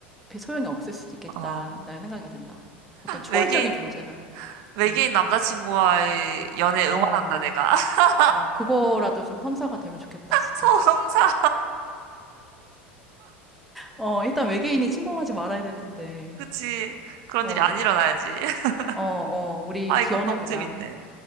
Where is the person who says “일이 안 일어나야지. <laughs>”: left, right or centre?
Right